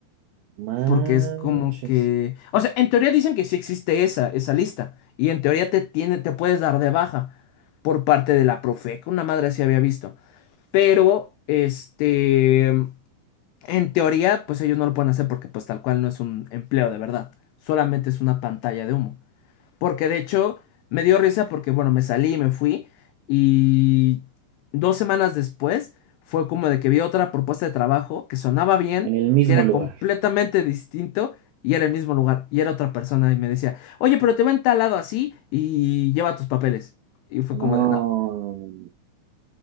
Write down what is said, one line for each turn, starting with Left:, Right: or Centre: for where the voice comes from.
Right: Manches.
Left: porque es como que, o sea, en teoría dicen que sí existe esa, esa lista, y en teoría te tiene, te puedes dar de baja por parte de la Profeca, una madre sí había visto, pero, este, en teoría, pues ellos no lo pueden hacer porque pues tal cual no es un empleo de verdad, solamente es una pantalla de humo. Porque de hecho me dio risa porque, bueno, me salí, me fui y dos semanas después fue como de que vi otra propuesta de trabajo que sonaba bien,
Right: En el mismo
Left: que era
Right: lugar.
Left: completamente distinto y era el mismo lugar y era otra persona y me decía, oye, pero te ven tal lado así y lleva tus papeles. Y fue
Right: No.
Left: como de, no,